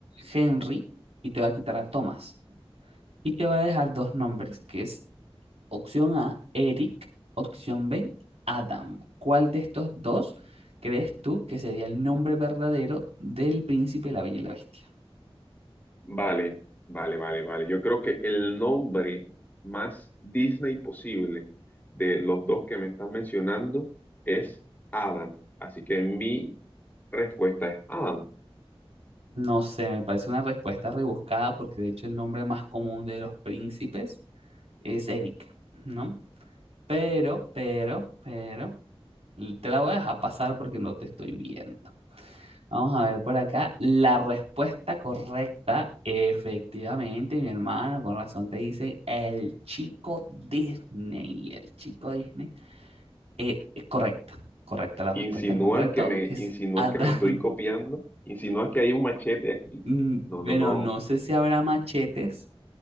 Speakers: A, on the right; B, on the left.
A: Henry y te voy a quitar a Thomas. Y te voy a dejar dos nombres, que es opción A, Eric, opción B, Adam. ¿Cuál de estos dos crees tú que sería el nombre verdadero del príncipe de la Bella y la Bestia?
B: Vale, vale, vale, vale. Yo creo que el nombre más Disney posible de los dos que me estás mencionando es Adam. Así que mi respuesta es Adam.
A: No sé, me parece una respuesta rebuscada porque de hecho el nombre más común de los príncipes es Eric, ¿no? Pero, pero, pero, te la voy a dejar pasar porque no te estoy viendo. Vamos a ver por acá. La respuesta correcta, efectivamente, mi hermano, con razón te dice el chico Disney. El chico Disney. Eh, eh, correcta, correcta la
B: ¿Insinúas
A: respuesta, correcto.
B: que me,
A: Es
B: insinúas
A: Adán.
B: que me estoy copiando?
A: <laughs>
B: ¿Insinúas que hay un machete aquí?
A: Mm,
B: No,
A: Bueno,
B: no, no,
A: no sé si habrá machetes